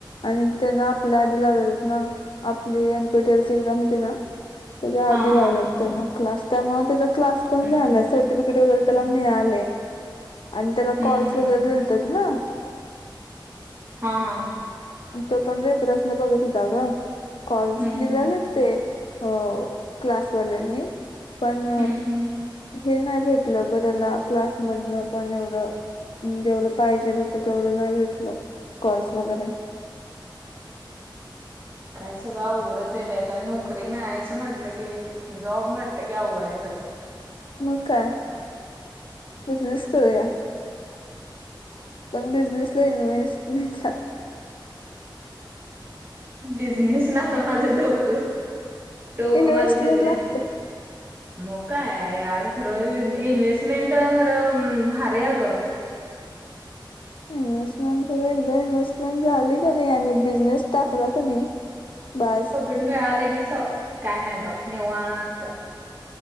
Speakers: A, on the left (about 85°); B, on the right (about 25°).
A: आणि त्यान आपल्या आधी लावलेत ना आपले एन. पी. टेल्सची एक्झाम होती ना त्याच्या
B: हा
A: आधी
B: हा
A: लावल्यात त्यान क्लास त्यामुळ तेज क्लास पण
B: हम्म
A: झाला
B: हम्म.
A: सर्टिफी किट वगैरे त्याला मिळालय आणि त्याला
B: हम्म,
A: कॉल्स
B: हम्म.
A: वगैरे दिलतेत ना
B: हां, हां.
A: तो पण रेफरन्स ने बघत होता ग कॉल्स
B: हम्म,
A: दिल्यालेत.
B: हम्म.
A: ते अ क्लासवाल्यानी पण
B: हम्म, हम्म.
A: हे नाही भेटल ग त्याला क्लासमधन पण एवढ जेवढ पाहिजेल होत तेवढ नाही भेटल कॉल्स वगैरे.
B: काय सगळ अवघडच आहे बाई आता नोकरी मिळायच म्हटल की जॉब म्हटल की अवघड आहे सगळ.
A: मग काय बिझनेस करुया. पण बिझनेसला इन्वस्टमेंट ला
B: बिझनेस ना तर माझ डोक डोक
A: इन्व्हेस्टमेंट
B: माझ बिझनेस
A: लागते
B: ना मग काय आहे यार खर ई इनेस्टमेंट खर भारीय अग.
A: इन्व्हेस्टमेंट खर एकदा इन्हेस्टमेंट झाली का नाही आणि बिझनेस टाकला कि नाही बास
B: आणि मिळाल की स काय नाही बघ निवांत.